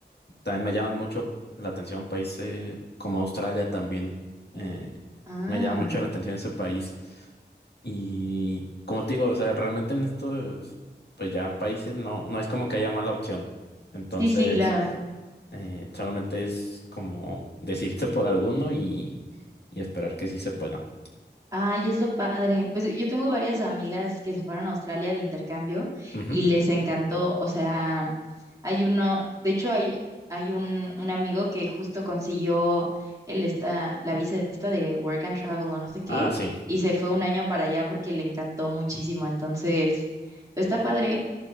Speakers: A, on the left; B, on the right.
A: también me llaman mucho la atención países como Australia también. eh,
B: Ah,
A: me llama mucho la atención ese país. Y como te digo, o sea, realmente en estos, pues ya países no, no es como que haya mala opción. Entonces,
B: Sí, sí, claro.
A: eh, solamente es como decirte por alguno y, y esperar que sí se pueda.
B: Ay, es lo padre. Pues yo tengo varias amigas que se fueron a Australia de intercambio
A: Ujú.
B: y les encantó. O sea, hay uno, de hecho hay, hay un, un amigo que justo consiguió el esta, la visa esta de Work and Travel o no sé qué,
A: Ah, sí,
B: y se fue un año para allá porque le encantó muchísimo. Entonces, pues, está padre.